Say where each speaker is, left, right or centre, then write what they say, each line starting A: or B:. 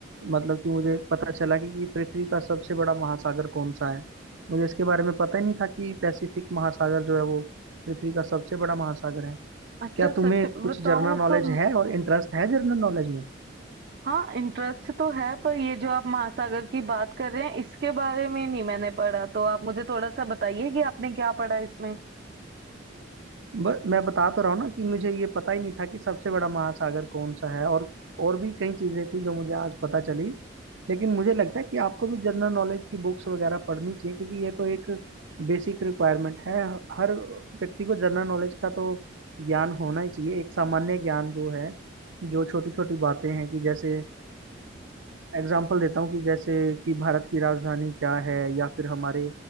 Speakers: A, on the right; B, on the right.
A: मतलब कि मुझे पता चला कि कि पृथ्वी का सबसे बड़ा महासागर कौन सा है मुझे इसके बारे में पता ही नहीं था कि पैसिफिक महासागर जो है वो पृथ्वी का सबसे बड़ा महासागर है
B: अच्छा
A: क्या तुम्हें
B: सच बताऊं
A: कुछ जनरल नॉलेज
B: तो म-
A: है और इंटरेस्ट है जनरल नॉलेज में
B: हाँ इंटरेस्ट तो है पर ये जो आप महासागर की बात कर रहे हैं इसके बारे में नहीं मैंने पढ़ा तो आप मुझे थोड़ा सा बताइए कि आपने क्या पढ़ा इसमें
A: ब- मैं बता तो रहा हूँ ना कि मुझे ये पता ही नहीं था कि सबसे बड़ा महासागर कौन सा है और और भी कई चीजें थी जो मुझे आज पता चली लेकिन मुझे लगता है कि आपको भी जनरल नॉलेज की बुक्स वगैरह पढ़नी चाहिए क्योंकि ये तो एक बेसिक रिक्वायरमेंट है हर व्यक्ति को जनरल नॉलेज का तो ज्ञान होना ही चाहिए एक सामान्य ज्ञान जो है जो छोटी छोटी बातें हैं कि जैसे एग्जाम्पल देता हूँ कि जैसे कि भारत की राजधानी क्या है या फिर हमारे